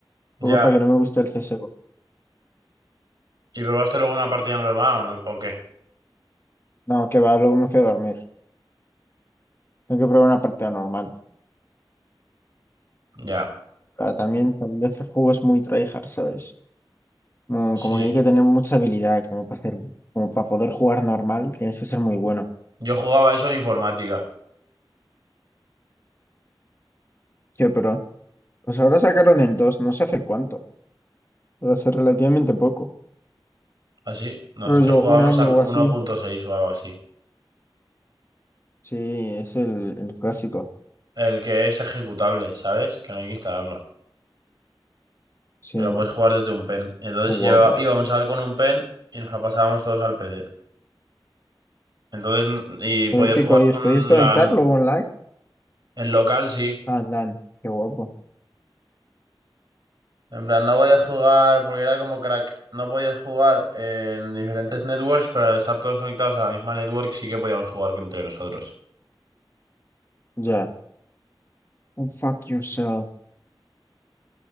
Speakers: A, on the right; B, on the left.
A: Ya.
B: luego para que no me guste el CSGO.
A: ¿Y probaste luego una partida normal o, no- o qué?
B: No, que va, luego me fui a dormir. Tengo que probar una partida normal.
A: Ya.
B: Pero también, tal vez el juego es muy tryhard, ¿sabes? Mm,
A: Sí.
B: Como que hay que tener mucha habilidad, como para hacer, como para poder jugar normal, tienes que ser muy bueno.
A: Yo jugaba eso en informática.
B: Sí, pero pues ahora sacaron el 2 no sé hace cuánto, pero hace relativamente poco,
A: Así. Nosotros
B: rollo
A: jugábamos
B: un año
A: al
B: o así.
A: uno punto seis o algo así.
B: Sí, es el, el clásico.
A: El que es ejecutable, ¿sabes? Que no hay que instalarlo.
B: Sí,
A: que
B: qué
A: lo puedes jugar desde un pen. Entonces
B: guapo.
A: lleva, iba un chaval con un pen y nos lo pasábamos todos al PC. Entonces, n- y
B: Fue
A: podías
B: épico.
A: jugar
B: ¿Y os
A: con
B: podéis conectar
A: la...
B: luego online?
A: En local sí.
B: Ah, LAN, qué guapo.
A: En plan, no podías jugar porque era como crack. No podías jugar en diferentes networks, pero al estar todos conectados a la misma network sí que podíamos jugar entre nosotros.
B: Ya. Oh, Fuck yourself.